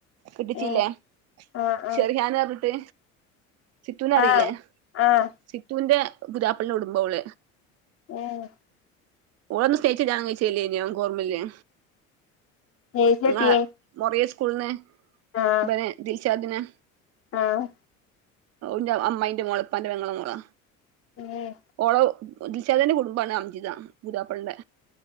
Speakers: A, on the right; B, on the left.
A: കെട്ടിച്ചില്ലേ
B: ഏഹ് ആഹ്
A: ഷെറിഹാൻ
B: ആഹ്
A: പറഞ്ഞിട്ട് സിത്തൂനെ അറിയില്ലേ
B: ആഹ് ആഹ്
A: സിത്തൂന്റെ പുതിയാപ്ലന്റെ കുടുംബംആണ് ഓൾ
B: ഏഹ്
A: ഓൾ അന്ന് സ്നേഹിച്ച് കല്യാണം കഴിച്ചതല്ലയ്നോ അനക്ക് ഓർമല്ലേ
B: നേഴ്സിട്ടിയേ
A: ങ മൊറിയ സ്കൂൾന്ന്
B: ആഹ്
A: ബനെ ദിൽശാദി നെ
B: ആഹ്
A: ന്റെ അമ്മായിന്റെ മോൾ ഇപ്പാന്റെ പെങ്ങളെ മോളാ
B: ഏഹ്
A: ഓള് ദിൽഷാദിന്റെ കുടുംബാണ് അംജിത പുതിയാപ്ലൻറെ